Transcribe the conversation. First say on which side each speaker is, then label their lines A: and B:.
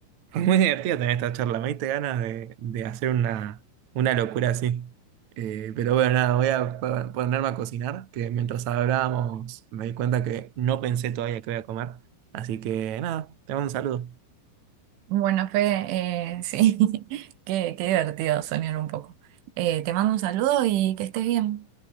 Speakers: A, on the right (about 50°); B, on the right (about 80°).
A: fue muy divertido tener esta charla. Me diste ganas de, de hacer una, una locura así. Eh, pero bueno, nada, voy a po- ponerme a cocinar, que mientras hablábamos me di cuenta que no pensé todavía qué voy a comer. Así que nada, te mando un saludo.
B: Bueno, Fede, eh, sí, <laughs> qué, qué divertido soñar un poco. Eh, te mando un saludo y que estés bien.